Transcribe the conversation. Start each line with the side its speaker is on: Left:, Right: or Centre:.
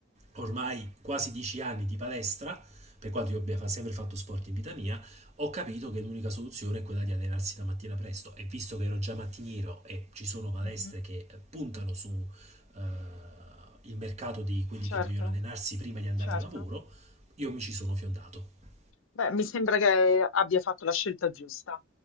Right: ormai quasi dieci anni di palestra, per quanto io abbia fa- sempre fatto sport in vita mia, ho capito che l'unica soluzione è quella di allenarsi la mattina presto e visto che ero già mattiniero e ci sono palestre
Left: Mh-mh.
Right: che puntano su eh, il mercato di quelli
Left: Certo,
Right: che vogliono allenarsi prima di andare
Left: certo.
Right: al lavoro, io mi ci sono fiondato.
Left: Beh, mi sembra che abbia fatto la scelta giusta.